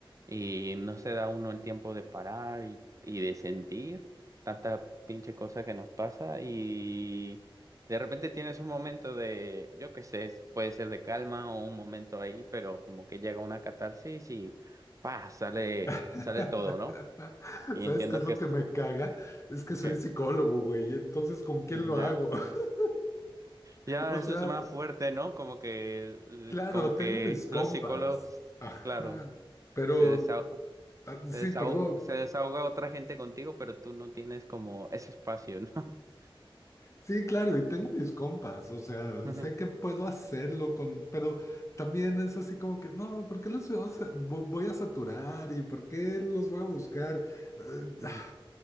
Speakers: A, on the right; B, on the left.
A: y no se da uno el tiempo de parar y, y de sentir tanta pinche cosa que nos pasa y de repente tienes un momento de, yo qué sé, es- puede ser de calma o un momento ahí, pero como que llega una catarsis y ¡pa! sale,
B: <laughs>
A: sale todo, ¿no? Y
B: ¿Sabes
A: entiendo
B: qué es lo
A: que es
B: que me caga? Es que soy
A: ¿Qué?
B: psicólogo, güey, y entonces ¿con quién
A: Mm,
B: lo
A: Ya.
B: hago? <laughs>
A: Ya,
B: O
A: eso
B: sea,
A: es más fuerte, ¿no? Como que, l-
B: claro,
A: como
B: tengo
A: que
B: mis compas.
A: los psicólogos,
B: Ajá,
A: claro,
B: pero...
A: se desahoga,
B: ah, Sí,
A: se desahoga,
B: perdón.
A: se desahoga otra gente contigo, pero tú no tienes como ese espacio, ¿no? <laughs>
B: Sí, claro, y tengo mis compas, o sea,
A: Ujú.
B: sé que puedo hacerlo con, pero también es así como que, no, ¿por qué los voy a, sa- vo- voy a saturar y por qué los voy a buscar? Eh,
A: Ujú.
B: ah,